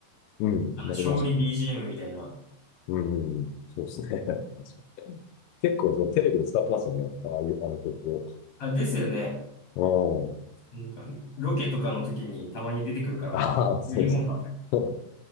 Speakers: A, on the left (about 85°); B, on the left (about 55°).
A: うん、
B: あの、
A: なりましたね。
B: 勝利 BGM みたいな。
A: うん、うん、そうですね。<laughs> 確かに結構そうテレビで使ってますよね。ああいう、あの曲
B: あ、ですよね。
A: を。うん。
B: なんか、ロケとかの時にたまに出てくるから、
A: ああ、
B: ああ、
A: そうそう。
B: ユニコーンだと思って。
A: <laughs>